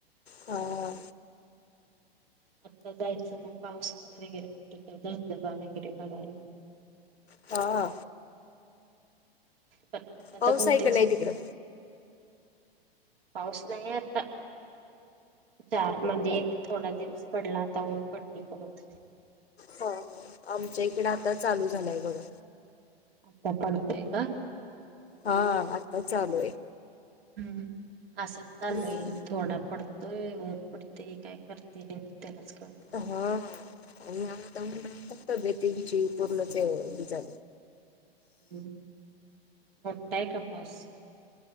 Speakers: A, on the left; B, on the right.
A: हा
B: आत्ता जायचं मग पावसाळा वगैरे कुठ तर धबधबा वगैरे बघायला.
A: हा
B: पण कुठ
A: पाऊस
B: तर बहुतेक
A: आहे का नाही तिकडं
B: पाऊस नाही आता, चार मध्ये एक थोडा दिवस पडला आता ऊन पडली परत
A: हा हा आमच्या इकडे आता चालू झालंय बघा,
B: आता पडतय का?
A: हा आता चालू आहे.
B: हम्म असं
A: आहे
B: चालूय थोडा पड तोय ऊन पडते काय करते नम त्यालाच कळते
A: हा ह आणि आ म्हतो बेती वि पूर्णचे विले
B: ह् मोठाय का पाऊस?